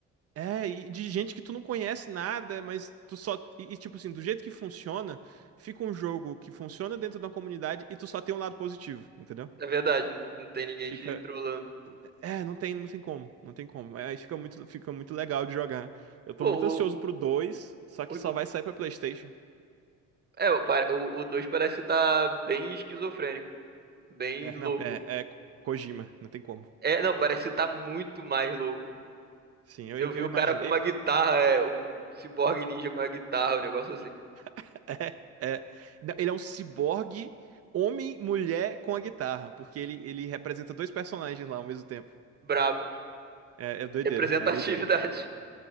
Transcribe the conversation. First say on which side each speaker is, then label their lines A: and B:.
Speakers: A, on the right (about 55°); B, on the right (about 35°).
A: é, e de gente que tu não conhece nada, mas tu só. E, e, tipo assim, do jeito que funciona, fica um jogo que funciona dentro da comunidade e tu só tem um lado positivo, entendeu?
B: É verdade, não não tem ninguém
A: Fica,
B: te trolando.
A: É, não tem, não tem como, não tem como. Aí fica muito, fica muito legal de jogar. Eu tô
B: Pô,
A: muito ansioso
B: o,
A: pro 2. só que
B: o, o-
A: só vai sair pra PlayStation.
B: é, o, pare- o, o 2 parece estar bem esquizofrênico, bem
A: É,
B: louco.
A: não, é, é Ko- Kojima, não tem como.
B: É, não, parece estar muito mais louco.
A: Sim, eu,
B: Eu vi
A: eu
B: o
A: imagino.
B: cara com
A: Eu-
B: uma guitarra,
A: eu-
B: é, um ciborgue ninja com uma guitarra, um negócio assim.
A: <laughs> é, é. Não, Ele é um ciborgue, homem, mulher com a guitarra, porque ele, ele representa dois personagens lá ao mesmo tempo.
B: Brabo.
A: É, é doideira,
B: Representatividade.
A: é doideira,